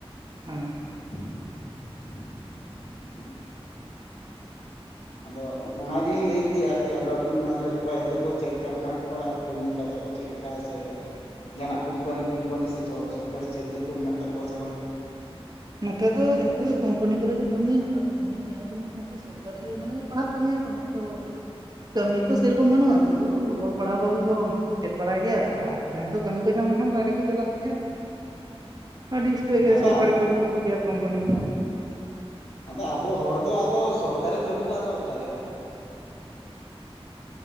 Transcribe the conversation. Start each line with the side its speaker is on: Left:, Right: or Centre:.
Right: ᱦᱮᱸ᱾
Left: <inaudible> ᱟᱫᱚ ᱚᱱᱟ ᱜᱮᱞᱤᱧ ᱞᱟᱹᱭᱮᱫ ᱛᱟᱦᱮᱸᱫ, ᱟᱨᱠᱤ ᱟᱫᱚ ᱟᱹᱵᱤᱱ ᱚᱱᱟ ᱫᱷᱟᱨᱤᱡ ᱠᱚᱲᱟ ᱜᱤᱫᱽᱨᱟᱹ ᱠᱚ ᱪᱮᱫ ᱞᱮᱠᱟ ᱢᱮᱱᱟᱜ ᱠᱚᱣᱟ ᱟᱨ ᱠᱟᱹᱢᱤ ᱠᱟᱡ ᱟᱠᱚ ᱪᱮᱫ ᱞᱮᱠᱟ, ᱥᱮ ᱡᱟᱦᱟᱸᱱᱟᱜ ᱠᱳᱢᱯᱟᱱᱤ ᱴᱳᱢᱯᱟᱱᱤ ᱥᱮ ᱥᱚᱨᱠᱟᱨᱤ ᱪᱟᱹᱠᱨᱤ ᱠᱚ ᱢᱮᱱᱟᱜ ᱛᱟᱠᱚᱣᱟ ᱥᱮ ᱵᱟᱝ?
Right: ᱱᱚᱛᱮ ᱫᱚ ᱡᱷᱚᱛᱚ ᱜᱮ ᱠᱚᱢᱯᱟᱱᱤ ᱠᱚᱨᱮ ᱠᱚ ᱠᱟᱹᱢᱤᱭᱟ ᱟᱨ ᱮᱢᱱᱤ ᱡᱟᱦᱟᱸᱭ ᱠᱚ ᱢᱮᱱᱟᱜ ᱠᱚ ᱩᱱᱠᱩ ᱥᱚᱨᱠᱟᱨᱤ ᱢᱟᱱᱮ ᱯᱟᱲᱦᱟᱜ ᱠᱟᱱ ᱜᱮᱭᱟ ᱠᱚ <unintelligible> ᱠᱟᱹᱢᱤ ᱛᱚ ᱥᱮᱨᱚᱠᱚᱢ ᱵᱟᱹᱱᱩᱜᱼᱟ, ᱥᱩᱫᱩ ᱚᱞ ᱯᱟᱲᱦᱟᱣ ᱠᱚᱜᱮ ᱠᱚ ᱪᱮᱫ ᱵᱟᱲᱟᱭ ᱜᱮᱭᱟ ᱟᱨ ᱡᱟᱦᱟᱸᱭ ᱠᱚ ᱠᱟᱹᱢᱤ ᱠᱚ ᱧᱟᱢ ᱞᱮᱠᱷᱟᱱ ᱵᱟᱭᱨᱮ ᱠᱚ ᱪᱟᱞᱟᱜ ᱜᱮᱭᱟ᱾ ᱟᱹᱰᱤ ᱩᱥᱛᱟᱹᱭ ᱜᱮ
Left: ᱟᱫᱚ
Right: ᱥᱚᱨᱠᱟᱨᱤ ᱠᱚ ᱠᱟᱹᱢᱤ ᱜᱮᱭᱟ, ᱠᱳᱢᱯᱟᱱᱤ ᱠᱚ᱾
Left: ᱟᱫᱚ ᱟᱵᱚ ᱦᱚᱲ ᱫᱚ ᱟᱫᱚ ᱥᱚᱨᱠᱟᱨᱤ ᱠᱟᱹᱢᱤ ᱫᱚ ᱟᱫᱚ ᱚᱠᱟᱨᱮ,